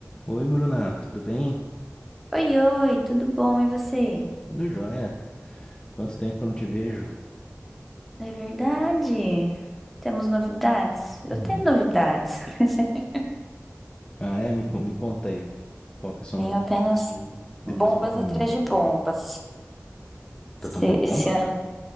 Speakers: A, on the left; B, in the centre.
A: Oi, Bruna, tudo bem?
B: Oi, oi, tudo bom? E você?
A: Tudo jóia. Quanto tempo que eu não te vejo?
B: É verdade. Temos novidades? Eu
A: Hum.
B: tenho novidades. <laughs>
A: Ah, é? Me, co- me conta aí. Qual que é a sua
B: Tenho
A: novidade?
B: apenas
A: Que depois
B: bombas
A: eu conto
B: atrás
A: a minha.
B: de bombas.
A: Tá
B: Esse,
A: tomando
B: esse
A: bomba?
B: ano.